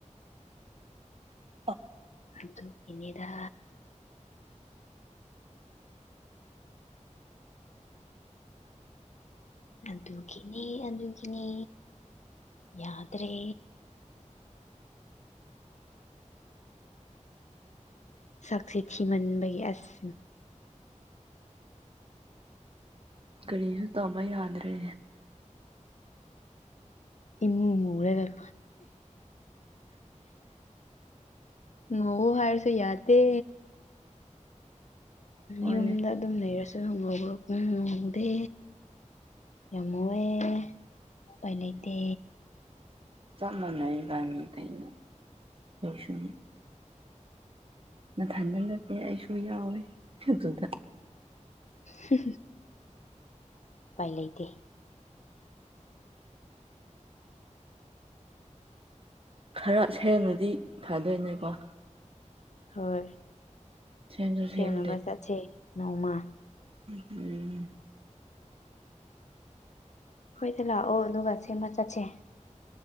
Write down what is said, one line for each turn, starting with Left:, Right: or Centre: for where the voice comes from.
Right: ꯑ
Left: ꯑꯗꯨꯣ ꯏꯅꯦꯗ ꯑꯗꯨꯒꯤꯅꯦ ꯑꯗꯨꯒꯤꯅꯦ ꯌꯥꯗ꯭ꯔꯦ ꯁꯛꯁꯦ ꯊꯤꯃꯟꯕꯒꯤ ꯑꯁ
Right: ꯅꯤꯁ ꯇꯃ ꯌꯥꯗꯔꯦ
Left: ꯏꯃ ꯃꯔꯦꯒꯜ ꯉ ꯍꯥꯏꯔꯁꯨ ꯌꯥꯗ
Right: ꯍꯣꯏꯅꯦ
Left: ꯌꯨꯝꯗ ꯑꯗꯨꯝ ꯂꯩꯔꯁꯨ ꯍꯪꯉꯨꯕ꯭ꯔꯣ ꯎ ꯉꯧꯗꯦ ꯌꯥꯝꯃꯣꯏꯦ ꯀꯥꯏ ꯂꯩꯇꯦ
Right: ꯆꯃꯅꯏꯕꯅꯤꯗꯅ ꯍꯁꯨ ꯅꯊꯟꯗ ꯅꯠꯇꯦ ꯑꯩꯁꯨ ꯌꯥꯎꯋꯤ ꯑꯗꯨꯗ
Left: ꯍ ꯄꯥꯏ ꯂꯩꯇꯦ
Right: ꯈꯔ ꯍꯦꯟꯅꯗꯤ ꯊꯥꯗꯣꯏꯅꯦꯀꯣ
Left: ꯍꯣꯏ
Right: ꯁꯦꯝꯁꯨ
Left: ꯁꯅꯕꯁ
Right: ꯁꯦꯝꯗꯦ
Left: ꯆꯁ ꯅꯧꯃ
Right: ꯎꯝ
Left: ꯍꯣꯏꯗ ꯂꯥꯛꯑꯣ ꯑꯗꯨꯒ ꯁꯦꯝꯃ ꯆꯠꯁꯦ